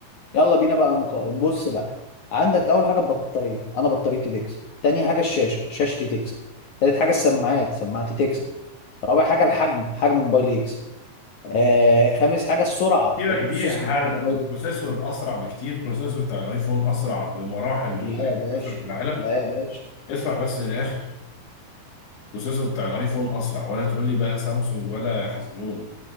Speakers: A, on the left (about 50°); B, on the left (about 80°).
A: يلا بينا بقى نقارن بص بقى عندك اول حاجه البطاريه انا بطاريتي تكسب تاني حاجه الشاشه شاشتي تكسب تالت حاجه السماعات سماعتي تكسب رابع حاجه الحجم حجم موبايلي يكسب آه خامس حاجه السرعه
B: سيبك
A: البروسيسور
B: دي حرق
A: بتاع موبايلي
B: البروسيسور اسرع بكتير البروسيسور بتاع الايفون اسرع بمراحل من
A: لا
B: اي
A: يا باشا
B: بروسيسور في العالم
A: لا يا باشا
B: اسمع بس للاخر البروسيسور بتاع الايفون اسرع ولا تقول لي بقى سامسونج ولا يا حزنون